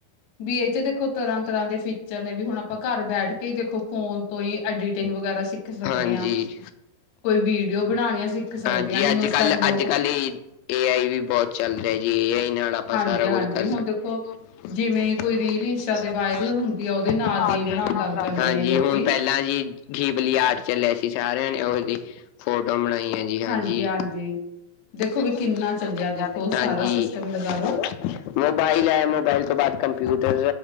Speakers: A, on the left; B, on the left.
A: ਬੀ ਏਚ ਦੇਖੋ ਤਰ੍ਹਾ- ਤਰ੍ਹਾਂ ਦੇ ਫੀਚਰ ਨੇ ਵੀ ਹੁਣ ਆਪਾਂ ਘਰ ਬੈਠ ਕੇ ਤੇ ਦੇਖੋ ਫੋਨ ਤੋਂ ਈ ਐਡੀਟਿੰਗ ਵਗੈਰਾ ਸਿੱਖ ਸਕਦੇ
B: ਹਾਂਜੀ।
A: ਆ। ਕੋਈ ਵੀਡਿਓ ਬਨਾਣੀਆਂ ਸਿੱਖ ਸਕਦੇ
B: ਹਾਂਜੀ
A: ਆਂ ਜਿਵੇਂ
B: ਅੱਜ
A: ਉਸ
B: ਕੱਲ
A: ਟਾਈਮ ਲੋ
B: ਅੱਜ- ਕੱਲ ਏ ਏ, ਆਈ ਵੀ ਬੋਤ ਚੱਲ ਰੇਆ ਜੀ ਏ, ਆਈ ਨਾਲ ਆਪਾਂ
A: ਹਾਂਜੀ-ਹਾਂਜੀ
B: ਸਾਰਾ ਕੁਝ ਕਰ ਸਕਦੇ।
A: ਹੁਣ ਦੇਖੋ ਜਿਵੇਂ
B: ਜਿਵੇ
A: ਹੀ
B: ਕੋਈ ਰੀਲ
A: ਇੰਸਟਾ
B: ਵਿੱਚ
A: ਤੇ
B: ਸ਼ਬਦ
A: ਵਾਇਰਲ
B: ਆਏ
A: ਹੁੰਦੀ
B: ਨਾ
A: ਆ ਉਹਦੇ
B: ਯਾ ਓਦੇ ਨਾਲ
A: ਦੀਆਂ ਹੀ
B: ਏ, ਆਈ
A: ਬਣਾਣ
B: ਬਣਾਉਣ ਲੱਗ ਜਾਂਦੇ ਹਾਂਜੀ
A: ਨੇ ਲੋਕੀ।
B: ਹੁਣ ਪੈ ਪੇਲਾਂ ਜੀ ਗੀਪਲੀ ਆਰਟ ਚੱਲੇਆ ਸੀ ਸਾਰਿਆਂ ਨੇ ਓਦੀ ਫੋਟੋ ਬਣਾਈਆਂ ਸੀ। ਹਾਂਜੀ -ਹਾਂਜੀ,
A: ਹਾਂਜੀ-ਹਾਂਜੀ ਦੇਖੋ
B: <unintelligible>
A: ਵੀ ਕਿੰਨਾ ਚੱਲਿਆ ਦੇਖੋ ਸਾਰਾ ਸਿਸਟਮ ਲਗਾ ਲੋ।
B: ਮੋਬਾਇਲ ਆਏ, ਮੋਬਾਈਲ ਤੋਂ ਬਾਅਦ ਕੰਪਿਊਟਰ,